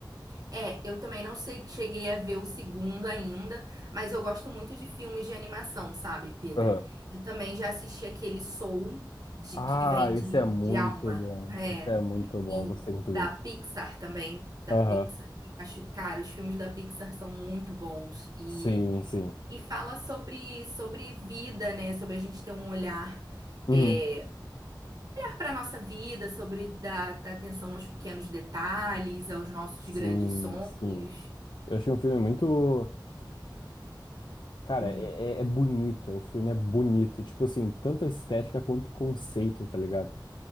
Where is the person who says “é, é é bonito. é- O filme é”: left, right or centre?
Left